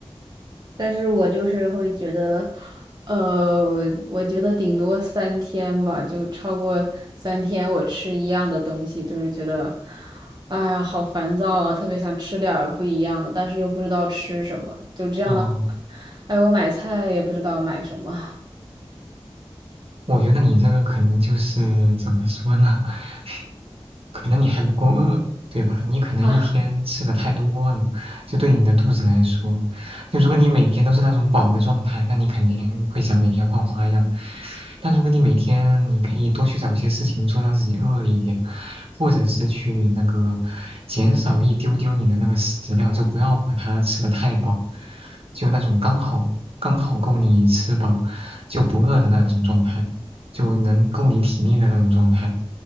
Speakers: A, on the right; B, on the right.
A: 但是我就是会觉得，呃，我觉得顶多三天吧，就超过三天我吃一样的东西，就是觉得，哎呀，好烦躁啊，特别想吃点儿不一样的，但是又不知道吃什么，就这样的，
B: 哦，
A: 哎，我买菜也不知道买什么。
B: 我觉得你这个可能就是怎么说呢？<laughs> 可能你还不够饿，对吧？你可能一天吃的太多了，
A: <laughs> 啊。
B: 就对你的肚子来说，就如果你每天都是那种饱的状态，那你肯定会想每天换花样。但如果你每天你可以多去找一些事情做，让自己饿一点，或者是去那个减少一丢丢你的那个食量，就不要把它吃的太饱，就那种刚好刚好够你吃饱就不饿的那种状态。就能够你体力的那种状态，